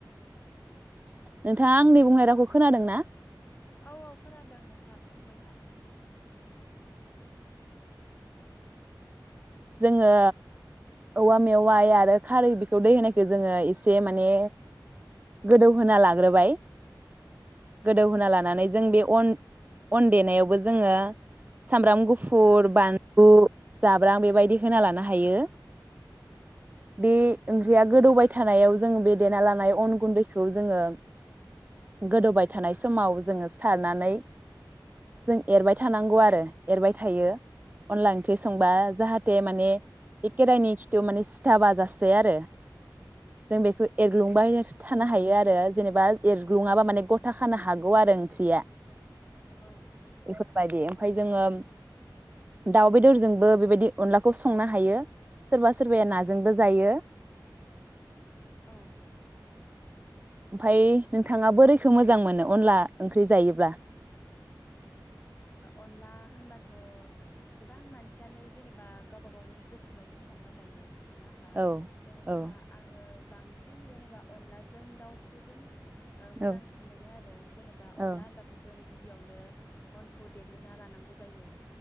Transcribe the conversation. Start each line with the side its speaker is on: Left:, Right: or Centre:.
Right: नोंथाङा आंनि बुंहनाय रावखौ खोनादों ना
Left: औ औ खोनादों नोंथां बुंबाय था
Right: जोङो औवा मेवाय आरो खारै बेखौ दै होनायखौ जोङो एसे माने गोदौहोना लाग्रोबाय गोदौहोना लानानै जों बे अन अन देनायावबो जोङो सामब्राम गुफुर बानलु जाब्रां बेबायदि बिदि होना लानो हायो बे ओंख्रिया गोदौबाय थानायाव जोंङ बे देना लानाय अन गुन्दैखौ जोङो गोदौबाय थानाय समाव जोङो सारनानै जों एरबाय थानांगौ आरो एरबाय थायो अनला ओंख्रि संबा जाहाथे जे माने खेराइनि खिथु माने सिथा बाजासै आरो जों बेखौ एरग्लुंबाय
Left: औ
Right: थानो हायो आरो जेनेबा एरग्लुङाबा माने गथा खानो हागोन आरो ओंख्रिया
Left: औ
Right: बेफोरबायदि ओमफफ्राय जोङो दाउ बेदरजोंबो बेबायदि अनलाखौ संनो हायो सोरबा सोरबाया नाजोंबो जायो
Left: औ
Right: ओमफफ्राय नोंथाङा बोरैखौ मोजां मोनो अनला ओंख्रि जायोब्ला
Left: अनला होनबाथ' गोबां मानसियानो जेनेबा गावबा गावनि गोसो बायदि बिदि संना जायो नोङा होमबा
Right: औ
Left: जेनेबा
Right: औ
Left: आङो बांसिन जेनेबा अनलाजों दाउखौ जों मोजांसिन
Right: औ
Left: मोनो आरो जेनेबा
Right: औ
Left: अनला होनबाथ' जों गिबियावनो अनखौ देग्रोबना लानांगौ जायो